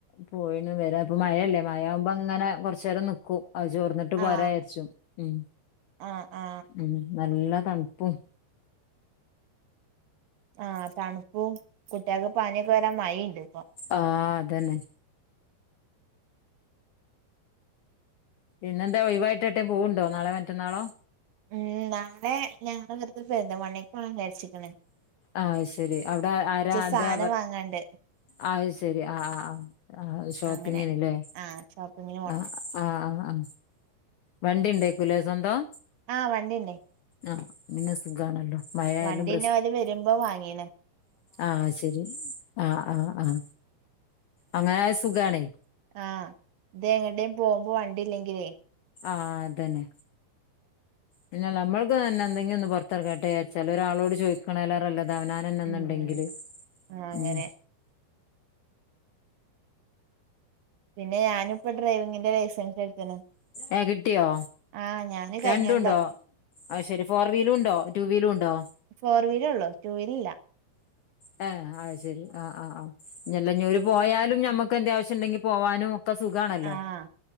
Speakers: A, on the left (about 85°); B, on the right (about 65°).
A: പോയിണ് വരാ അപ്പ മഴല്ലേ മഴ ആവുമ്പോ അങ്ങനെ കൊറചേരം നിക്കും അഹ് ചോർന്നിട്ട ട്ട് പോരാരിച്ചും
B: ആ
A: ഉം
B: ആ ആ
A: ഉം നല്ല തണുപ്പും
B: ആ തണുപ്പും കുട്ട്യാൾക്ക് പാനിയൊക്കെ വരാൻ മഴ ഇണ്ട് ഇപ്പൊ
A: ആഹ അതന്നെ പിന്നെന്താ ഒഴിവായിട്ട് ഏട്ടേം പോവുണ്ടോ നാളെ മറ്റന്നാളോ?
B: ഉം നാളെ ഞങ്ങള് വെർതെ പെരിന്തമണ്ണേക്ക് പോണം വിജാരിച്ചിക്ക്ണ്
A: ആഹ ശരി അവിടെ ആരാ എന്താ
B: സാധനം വാങ്ങാണ്ട്
A: അ ശരി ആഹ ആഹ ആഹ <unintelligible> ഷോപ്പിങ്ങിന്ല്ലേ
B: അങ്ങനെ ആഹ് ഷോപ്പിങ്ങിന് പോണം
A: ആഹ ആഹ ആഹ വണ്ടിണ്ടേക്കുലേ സ്വന്തം
B: ആഹ വണ്ടിണ്ടേ
A: ആഹ് പിന്നെ സുഖാണല്ലോ? മഴയായാലും
B: വണ്ടീന്നെ ഓല് വരുമ്പോ വാങ്ങിണ്
A: ആഹ ശരി ആഹ ആഹ ആഹ അങ്ങനെ ആയാ സുഖാണേ
B: ആഹ ഇത് എങ്ങട്ടേം പോകുമ്പോ വണ്ടില്ലെങ്കിലേ
A: ആഹ അതന്നെ പിന്നെ നമ്മൾക്ക് തന്നെ എന്തെങ്കും ഒന്ന് പൊറത്ത് എറങ്ങട്ടെ വിച്ചാര്ച്ചാൽ ഒരാളോട് ചോദിക്കണേലേറെ നല്ലത് അവനാ തന്നന്നുണ്ടെങ്കില്
B: ഉം ആഹ് അങ്ങനെ
A: ഉം
B: പിന്നെ ഞാനിപ്പോ ഡ്രൈവിങ്ങിന്റെ ലൈസൻസ് എടുത്ത്ണ്
A: ഏഹ കിട്ടിയോ?
B: ആഹ് ഞാന് കഴിഞ്ഞൊല്ലം
A: രണ്ടുണ്ടോ ആ ശെരി ഫോർ വീലുണ്ടോ ടു വീലുണ്ടോ
B: ഫോർ വീൽ ഒള്ളൂ ടു വീൽ ഇല്ല
A: ഹ ആ ശെരി ആ ആ ആ ഇല്ല ഇഞ്ഞോര് പോയാലും ഞമ്മക്ക് എന്തേ ആവശ്യണ്ടെങ്കി പോവാനും ഇപ്പം സുഖാണല്ലോ
B: ആഹ്